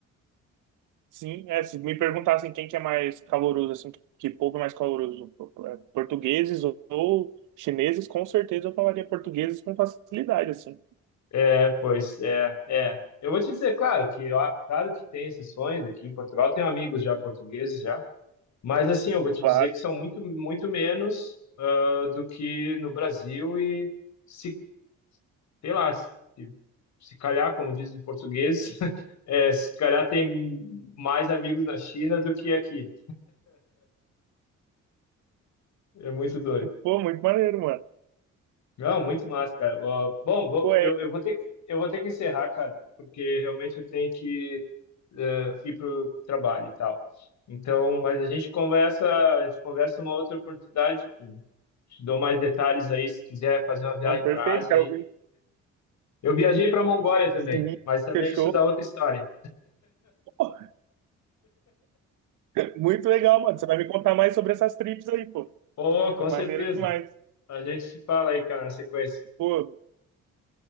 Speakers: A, on the right; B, on the left.
A: Sim, é, se me perguntassem quem que é mais caloroso, assim, que que povo é mais caloroso, é, portugueses ou ou chineses, com certeza eu falaria portugueses com facilidade, assim.
B: É, pois é, é. Eu vou te dizer, claro que ó, claro que tem exceções aqui em Portugal, tenho amigos já portugueses já, mas assim, eu vou te
A: Claro.
B: dizer que são muito muito menos ah, do que no Brasil e se sei lá, se, se calhar, como dizem em português, <laughs> é, se calhar tem mais amigos na China do que aqui. É muito doido.
A: Pô, muito maneiro, mano.
B: Não, muito massa, cara. Ó, Bom, vou-
A: Pô, é,
B: eu, eu vou ter que, eu vou ter que encerrar, cara, porque realmente eu tenho que eh, ir pro trabalho e tal. Então, mas a gente conversa, a gente conversa uma outra oportunidade. Te te dou mais detalhes aí se quiser fazer uma viagem
A: então, perfeito,
B: para a Ásia
A: cara.
B: aí. Eu viajei para a Mongólia também,
A: Sim,
B: mas também
A: fechou.
B: isso dá outra história.
A: Pô, <laughs> Muito legal, mano. Você vai me contar mais sobre essas trips aí, pô.
B: Oh, com
A: Maneiro
B: certeza.
A: demais.
B: A gente se fala aí, cara, na sequência.
A: Pô,